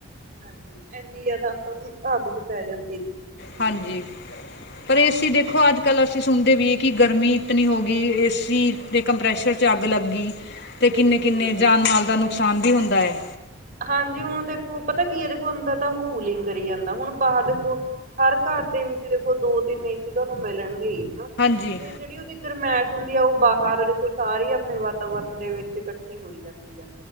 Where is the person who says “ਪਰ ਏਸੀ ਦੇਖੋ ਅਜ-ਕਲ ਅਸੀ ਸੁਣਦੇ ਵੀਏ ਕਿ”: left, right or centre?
Left